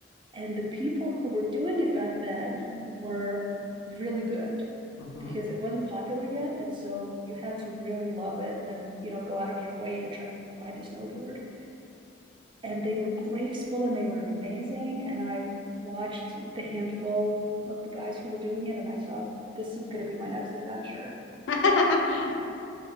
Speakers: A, on the right; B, on the left.
A: and the people who were doing it back then were really good
B: Mm-hmm.
A: because it wasn't popular yet, and so you had to really love it and you know go out of your way to try to find a snowboard and they were graceful and they were amazing. And I watched the handful of the guys who were doing it, and I thought, this is going to be my next adventure.
B: hmm <laughs>